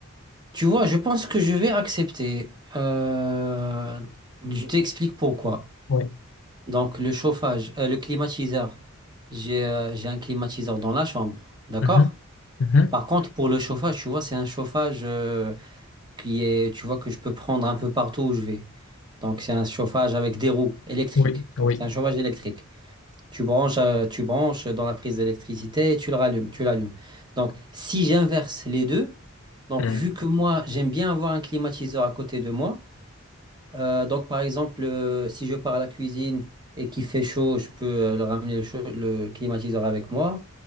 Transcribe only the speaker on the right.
Tu vois, je pense que je vais accepter. Euh, je t'explique pourquoi.
Donc, le chauffage, euh, le climatiseur. J'ai euh, j'ai un climatiseur dans la chambre, d'accord?
Par contre, pour le chauffage, tu vois, c'est un chauffage euh, qui est, tu vois, que je peux prendre un peu partout où je vais. Donc, c'est un chauffage avec des roues électriques.
Donc, c'est un chauffage électrique. Tu branches, euh, tu branches dans la prise d'électricité et tu le rallumes, tu l'allumes. Donc, si j'inverse les deux, donc
vu que moi, j'aime bien avoir un climatiseur à côté de moi, euh, donc par exemple, euh, si je pars à la cuisine et qu'il fait chaud, je peux euh, le ramener le, chaud- le climatiseur avec moi.